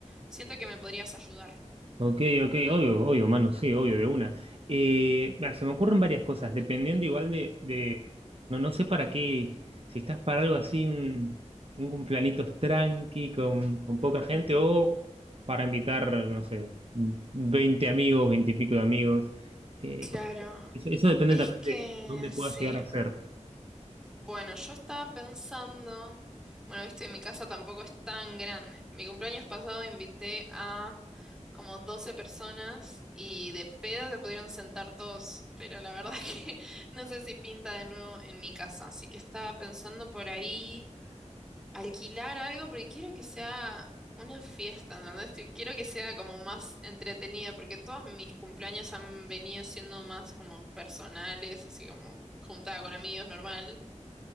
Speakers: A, in the centre; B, on the right (about 50°).
A: siento que me podrías ayudar.
B: Ok, ok, obvio, obvio, mano, sí, obvio, de una. Eh, va, se me ocurren varias cosas, dependiendo igual de, de- no, no sé para qué, si estás para algo así, un, un cumpleañitos tranqui, con, con poca
A: Mm,
B: gente, o para invitar, no sé, 20 amigos, 20 y pico de amigos. Eh,
A: claro,
B: porque eso, eso depende
A: es
B: también
A: que
B: de dónde
A: sí.
B: puedas llegar a ser.
A: Bueno, yo estaba pensando, bueno, viste, mi casa tampoco es tan grande. Mi cumpleaños pasado invité a como 12 personas y de pedo se pudieron sentar todos, pero la verdad <laughs> que no sé si pinta de nuevo en mi casa. Así que estaba pensando por ahí alquilar algo porque quiero que sea una fiesta, ¿entendés? Te- Quiero que sea como más entretenida porque todos mis cumpleaños han venido siendo más como personales, así como juntada con amigos, normal.